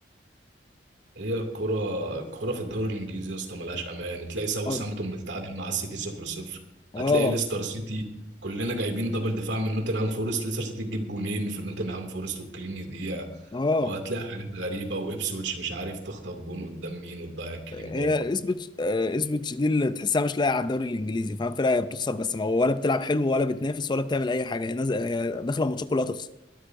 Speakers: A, on the right; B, on the left.
A: هي الكرة الكرة في الدوري الانجليزي يا اسطى ملهاش امان تلاقي ساوثهامبتون
B: اه
A: بتتعادل مع السيتي 0-0
B: اه
A: هتلاقي ليستر سيتي كلنا جايبين دبل دفاع من نوتنهام فورست ليستر سيتي تجيب جونين في نوتنهام فورست والكلين يضيع
B: اه
A: وهتلاقي حاجات غريبة وابسويتش مش عارف تخطف جون قدام مين وتضيع الكلين
B: هي
A: برضه
B: اسبتش آه، اسبتش دي اللي تحسها مش لاقيه على الدوري الانجليزي فاهم فرقه هي بتخسر بس ما ولا بتلعب حلو ولا بتنافس ولا بتعمل اي حاجه هي نازله هي داخله الماتشات كلها تخسر